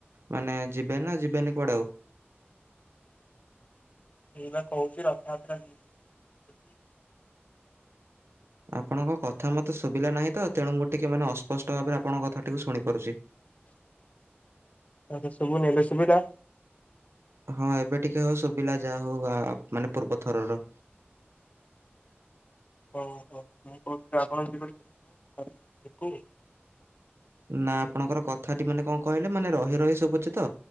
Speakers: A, on the right (about 75°); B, on the left (about 35°).
A: ମାନେ ଯିବେନାଯିବେନି କୁଆଡେ ଆଉ।
B: ମୁଁ ପା କହୁଛି ରଥଯାତ୍ରା କୁ ନେଇ
A: ଆପଣଙ୍କ କଥାମତେ ଶୁଭିଲାନାହିଁ ତ ତେଣୁ ମୁଁ ଟିକେ ମାନେ ଅସ୍ପଷ୍ଟ ଭାବରେ ଆପଣଙ୍କ କଥାକୁ ଶୁଣି ପାରୁଛି।
B: ତତେଶୁଭୁନି ଏବେ ଶୁଭିଲା।
A: ହଁ ଏବେ ଟିକେ ହଉ ଶୁଭିଲା ଯାହାହଉ ମାନେ ପୂର୍ବ ଥରର।
B: ହଁ ହଁ ମୁଁ କହୁଥିଲି ଆପଣଙ୍କ ଗୋଟେ ଦେବେ। <inaudible>
A: ନା ଆପଣଙ୍କର କଥାଟିମାନେ କଣ କହିଲେ ମାନେ ରହିରହି ସବୁଛିତ